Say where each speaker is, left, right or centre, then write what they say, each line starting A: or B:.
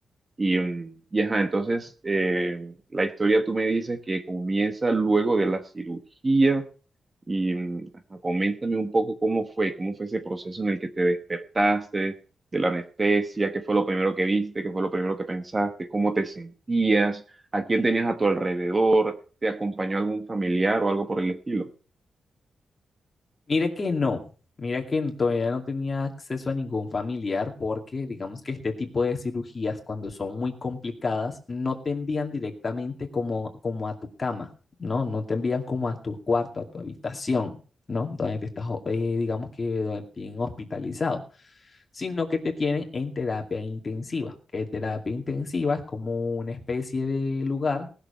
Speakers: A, on the right; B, on the left.
A: Y, mm, y ajá, entonces eh, la historia tú me dices que comienza luego de la cirugía y mm, ajá, coméntame un poco cómo fue, cómo fue ese proceso en el que te despertaste de la anestesia, qué fue lo primero que viste, qué fue lo primero que pensaste, cómo te sentías, a quién tenías a tu alrededor, te acompañó algún familiar o algo por el estilo.
B: Mira que no, mira que todavía no tenía acceso a ningún familiar porque digamos que este tipo de cirugías cuando son muy complicadas no te envían directamente como, como a tu cama, ¿no? No te envían como a tu cuarto, a tu habitación, ¿no? Donde te estás, ho- eh, digamos que donde te tienen hospitalizado, sino que te tienen en terapia intensiva, que terapia intensiva es como una especie de lugar